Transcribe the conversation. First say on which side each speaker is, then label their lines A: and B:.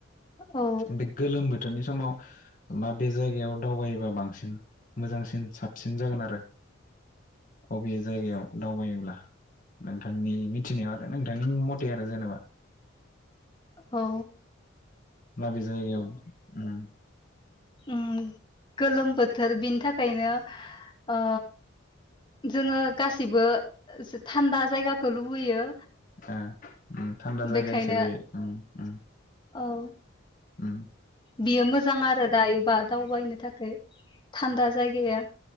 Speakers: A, on the left; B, on the left.
A: औ
B: बे गोलोम बोथोरनि समाव मा बे जायगायाव दावबायो बा बांसिन मोजांसिन साबसिन जागोन आरो। <inaudible> अबे जायगायाव दावबायोब्ला नोंथांनि मिथिनायाव आरो नोंथांनि मथे आरो जेनेबा।
A: औ
B: मासे जायगायाव ओम
A: ओम गोलोम बोथोर बिनि थाखायनो ओ जोङो गासिबो थान्दा जायगाखौ लुबैयो
B: आं ओम थान्दा जायगा
A: बेखायनो
B: हिसाबै ओम ओम
A: औ
B: ओम
A: बियो मोजां आरो दायो बा दावबायनो थाखाय थान्दा जायगाया।